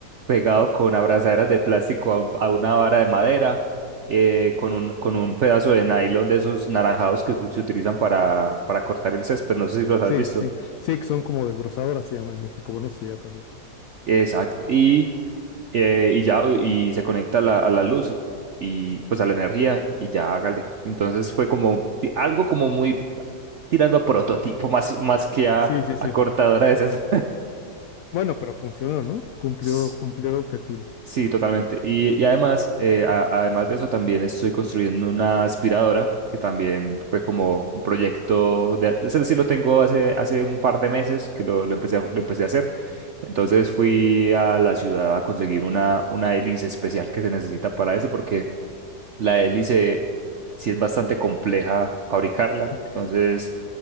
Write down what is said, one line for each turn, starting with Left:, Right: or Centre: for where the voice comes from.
Right: pegado con abrazaderas de plástico a, un- a una vara de madera, eh, con un, con un pedazo de nylon de esos naranjados que se utilizan para, para cortar el césped. No sé si los has
Left: Sí,
Right: visto.
Left: sí, sí. Sí, que son como desbrozadoras, se llama en México. Bueno, sí, ya también.
Right: Exacto. Y, eh, y ya, y se conecta a la, a la luz y pues a la energía y ya hágale. Entonces fue como ti- algo como muy tirando a prototipo más, más que a,
Left: Sí, sí, sí.
Right: a cortadora de esas.
Left: Bueno, pero funcionó, ¿no? Cumplió,
Right: <laughs>
Left: cumplió el objetivo.
Right: Sí, totalmente. Y, y además, eh, a- además de eso, también estoy construyendo una aspiradora, que también fue como un proyecto, de, es decir, lo tengo hace, hace un par de meses que lo, lo empecé a, lo empecé a hacer. Entonces fui a la ciudad a conseguir una, una hélice especial que se necesita para eso, porque la hélice sí es bastante compleja fabricarla.
Left: Ok.
Right: Entonces,